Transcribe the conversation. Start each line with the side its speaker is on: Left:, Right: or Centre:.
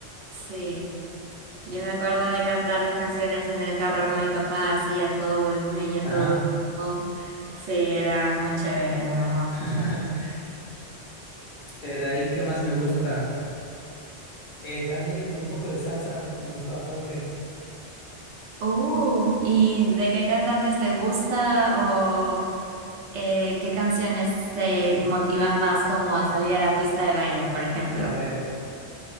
Right: Sí, yo me acuerdo de cantar las canciones en el carro con mi papá así a todo volumen y a
Left: Ajá.
Right: todo pulmón. Sí, era muy chévere, la verdad.
Left: <laughs> Eh, De ahí, ¿qué más me gusta? Eh, también un poco de salsa, me gusta bastante.
Right: Uh, ¿y de qué cantantes te gusta o eh, qué canciones te motivan más como a salir a la pista de baile, por ejemplo?
Left: A ver,